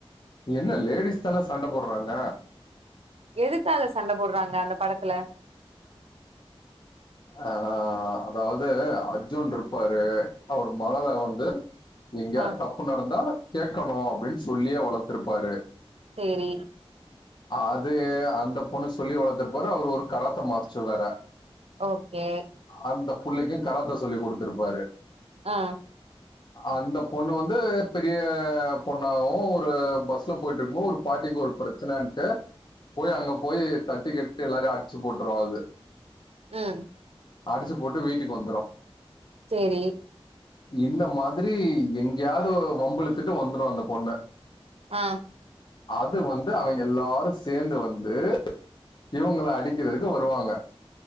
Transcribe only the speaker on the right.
எதுக்காக சண்ட போடுறாங்க அந்த படத்துல
ஆ
சேரி
ஓகே
ஆ
ம்
சேரி
ஆ